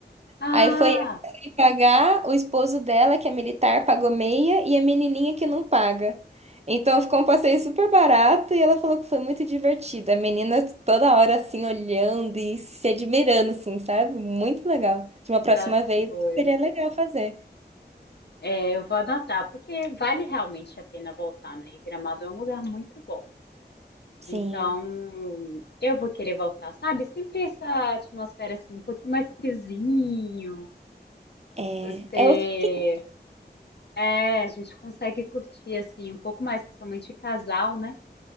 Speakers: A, on the left; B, on the right.
A: Ah,
B: Aí foi ela sem pagar, o esposo dela, que é militar, pagou meia, e a menininha que não paga. Então ficou um passeio super barato e ela falou que foi muito divertido. A menina toda hora assim olhando e se admirando, assim, sabe? Muito legal. De uma
A: das
B: próxima vez
A: coisas.
B: seria legal fazer.
A: É, Eu vou anotar, porque vale realmente a pena voltar, né? E Gramado é um lugar muito bom.
B: Sim,
A: Então, eu vou querer voltar, sabe? Sempre essa atmosfera assim, um pouquinho mais friozinho.
B: é,
A: Você
B: é, outro-
A: É, a gente consegue curtir assim um pouco mais, principalmente casal, né?